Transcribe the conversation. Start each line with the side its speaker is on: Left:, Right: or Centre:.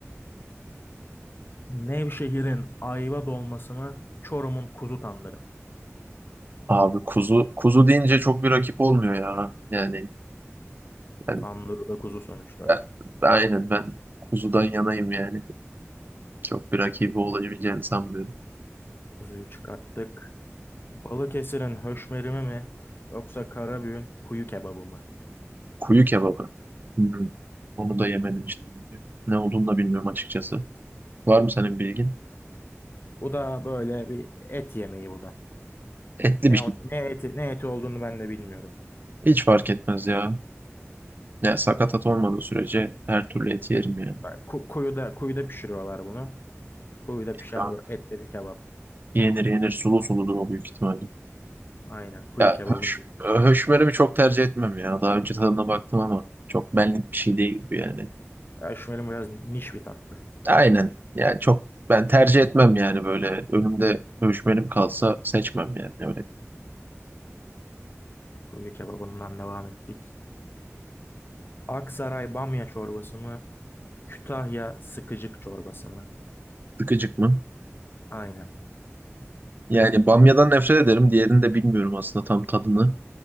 Left: Nevşehir'in ayva dolması mı? Çorum'un kuzu tandırı mı?
Right: Abi kuzu kuzu deyince çok bir rakip olmuyor ya. Yani ben,
Left: Tandırı da kuzu sonuçta.
Right: ben, ben- aynen ben kuzudan yanayım yani. Çok bir rakibi olabileceğini sanmıyorum.
Left: Kuzuyu çıkarttık. Balıkesir'in höşmerimi mi? Yoksa Karabüğün kuyu kebabı mı?
Right: Kuyu kebabı. Hmm. Onu da yemedim işte. Ne olduğunu da bilmiyorum açıkçası. Var mı senin bilgin?
Left: Bu da böyle bir et yemeği bu da.
Right: Etli
Left: Ne,
Right: bir şey.
Left: o- ne eti, ne eti olduğunu ben de bilmiyorum.
Right: Hiç fark etmez ya. Ya sakatat olmadığı sürece her türlü eti yerim yani.
Left: Yani Ku- Kuyuda, kuyuda pişiriyorlar bunu. Kuyuda pişen
Right: Ya,
Left: böyle etleri kebap.
Right: yenir yenir sulu suludur o büyük ihtimalle.
Left: Aynen kuyu
Right: Ya
Left: kebabını
Right: höş,
Left: diyoruz.
Right: höşmerimi çok tercih etmem ya. Daha önce tadına baktım ama çok benlik bir şey değil bu yani.
Left: Kaşmerim biraz niş bir tatlı.
Right: Aynen. Yani çok ben tercih etmem yani böyle önümde dövüşmelim kalsa seçmem yani öyle.
Left: Kuyu kebabından devam ettik. Aksaray bamya çorbası mı? Kütahya sıkıcık çorbası mı?
Right: Sıkıcık mı?
Left: Aynen.
Right: Yani bamyadan nefret ederim. Diğerini de bilmiyorum aslında tam tadını.